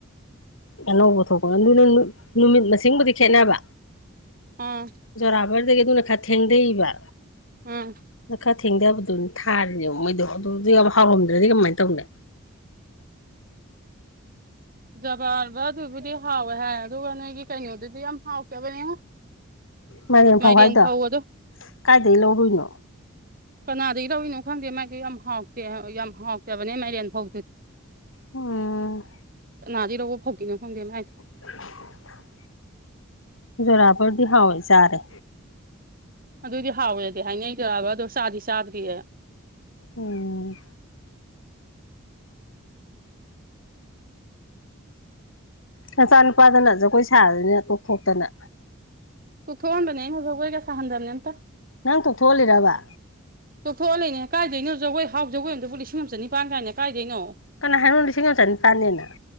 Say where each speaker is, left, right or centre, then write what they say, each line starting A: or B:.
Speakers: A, on the left; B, on the right.
A: ꯑꯅꯧꯕ ꯊꯣꯛꯄ ꯑꯗꯨꯅ ꯅꯨꯃꯤꯠ ꯃꯁꯤꯡꯕꯨꯗꯤ ꯈꯦꯠꯅꯕ
B: ꯑꯝ
A: ꯖꯣꯔꯥꯕꯔꯗꯒꯤ ꯑꯗꯨꯅ ꯈꯔ ꯊꯦꯡꯗꯩꯕ
B: ꯎꯝ
A: ꯈꯔ ꯊꯦꯡꯊꯕꯗꯨꯅꯤ ꯊꯥꯔꯤꯅꯦꯕ ꯃꯩꯗꯣ ꯑꯗꯨ ꯌꯥꯝ ꯍꯥꯎꯔꯝꯗ꯭ꯔꯗꯤ ꯀꯃꯥꯏꯅ ꯇꯧꯅꯤ
B: ꯖꯕꯥꯕ ꯑꯗꯨꯕꯨꯗꯤ ꯍꯥꯎꯋꯦ ꯍꯥꯏ ꯑꯗꯨꯒ ꯅꯣꯏꯒꯤ ꯀꯩꯅꯣꯗꯨꯗꯤ ꯌꯥꯝ ꯍꯥꯎꯇꯕꯅꯦ
A: ꯃꯥꯏꯔꯦꯟ
B: ꯃꯥꯥꯏꯗꯤ
A: ꯐꯧꯍꯥꯏꯗꯣ
B: ꯑꯦꯟꯐꯥꯎꯗ
A: ꯀꯥꯏꯗꯒꯤ ꯂꯧꯔꯨꯏꯅꯣ
B: ꯀꯅꯥꯗꯒꯤ ꯇꯧꯔꯤꯅꯣ ꯈꯪꯗꯦ ꯃꯥꯏꯗꯨꯣ ꯌꯥꯝ ꯍꯥꯎꯇꯦ ꯌꯥꯝ ꯍꯥꯎꯇꯕꯅꯦ ꯃꯥꯏꯔꯦꯟꯐꯥꯎꯇ
A: ꯎꯝ
B: ꯀꯅꯥꯗꯤ ꯔꯧꯕ ꯐꯧꯗꯤꯦꯅꯦ ꯐꯪꯗꯦ ꯃꯃꯥꯏꯗꯣ
A: <inaudible> <unintelligible> ꯔꯕꯔꯗꯤ ꯍꯣꯏ ꯆꯔꯦ
B: ꯑꯗꯨꯏꯗꯤ ꯍꯥꯎꯋꯦꯗꯤ ꯍꯥꯏꯅꯩꯗꯕ ꯑꯗꯣ ꯆꯥꯗꯤ ꯆꯥꯗ꯭ꯔꯤꯌꯦ
A: ꯎꯝ ꯅꯆꯥ ꯅꯨꯨꯄꯥꯗꯅ ꯖꯒꯣꯏ ꯁꯥꯔꯁꯤꯅꯦ ꯇꯣꯞ ꯊꯣꯛꯣꯛꯇꯅ
B: ꯇꯨ ꯊꯣꯡꯕꯅꯦ ꯍꯧꯖꯒꯣꯏ ꯀꯁꯍꯟꯗꯅꯤꯇ
A: ꯅꯪ ꯇꯣꯛꯊꯣꯛꯍꯜꯂꯤꯔꯕ
B: ꯇꯣꯛꯊꯣꯛꯑꯂ ꯂꯩꯅꯦ ꯀꯥꯏꯗꯣꯏꯅꯣ ꯖꯒꯣꯏ ꯍꯥꯎ ꯖꯒꯣꯏ ꯑꯣꯏꯅꯗꯕꯨ ꯂꯤꯁꯤꯡ ꯑꯃ ꯆ ꯅꯤꯄꯥꯟ ꯀꯥꯏꯅꯦ ꯀꯥꯏꯗꯣꯏꯅꯣ
A: ꯀꯅꯥ ꯍꯥꯏꯅꯣ ꯂꯤꯁꯤꯡ ꯑꯃ ꯆꯅꯤꯄꯥꯟꯅꯦꯅ